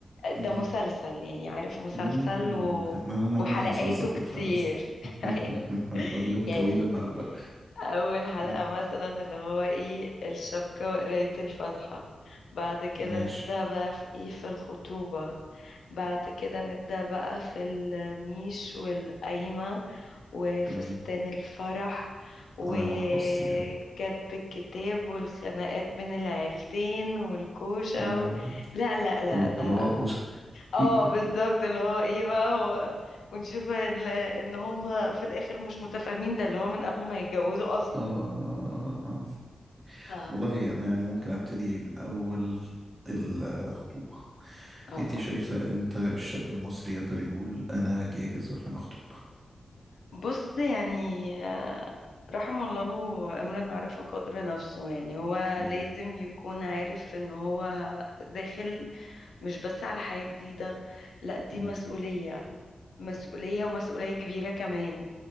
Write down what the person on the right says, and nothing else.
ب...
امم
عمال نعمله
مسلسل بالفعل
<laughs>
اليوم
طويل النهارده
مم.
ماشي
مم.
اه يا محفظتي يعني
ايوه
والطلاق
وش...
<laughs>
اه اه اه اه
والله انا يعني ممكن ابتدي من اول الخطوبه
انت شايفه امتى الشاب المصري يقدر يقول انا جاهز عشان اخطب
مم.
مم.